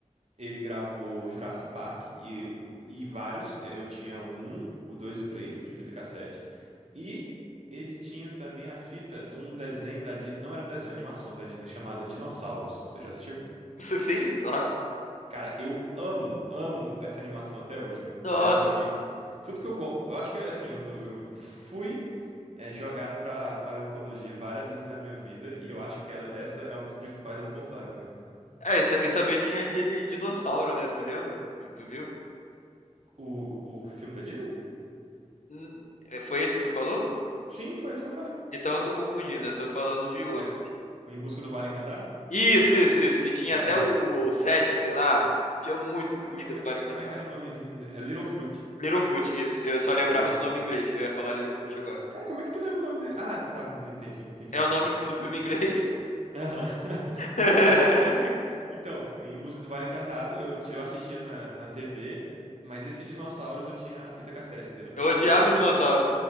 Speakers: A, on the right; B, on the left.
A: Ele gravou Jurassic Park e, eu- e vários. Eu tinha o um, o dois e o três de fita cassete. E ele tinha também a fita de um desenho da Disney. Não era um desenho, uma animação da Disney chamada Dinossauros. Você já assistiu?
B: <laughs> Isso Sim, claro.
A: Cara, eu amo, amo essa animação até hoje, cara.
B: Nossa.
A: É assim, ele. Tudo que eu gosto. Eu acho que, assim, eu, eu- eu fui é, jogado pra paleontologia várias vezes na minha vida. E eu acho que ela- essa é um dos principais responsáveis, cara.
B: É, e, ta- e também tinha aquele dinossauro, né? Tu lembra? Tu viu?
A: O, o filme da Disney?
B: Hum, é, Foi esse que tu falou?
A: Sim, foi isso que eu falei.
B: Então eu tô confundindo, eu tô falando de outro.
A: É, Em Busca do Vale Encantado?
B: Isso, isso, isso, que tinha
A: É,
B: até o
A: sim.
B: 7, sei lá. Tinha muito
A: Cara,
B: em busca
A: como
B: do
A: é,
B: Vale
A: como
B: Cantado.
A: é que era o nomezinho dele? É Littlefoot.
B: Littlefoot, isso. Eu só lembrava
A: Isso.
B: do nome em inglês. Eu ia falar Littlefoot agora.
A: Cara, como é que tu lembra o nome dele? Ah, tá. Entendi, entendi.
B: É o nome fi- do filme em inglês.
A: Aham. <laughs>
B: <laughs>
A: Então, Em Busca do Vale Encantado, eu, ti- eu assistia na, na TV, mas esse Dinossauros eu tinha a fita cassete, entendeu?
B: Eu odiava
A: E tem umas.
B: o dinossauro.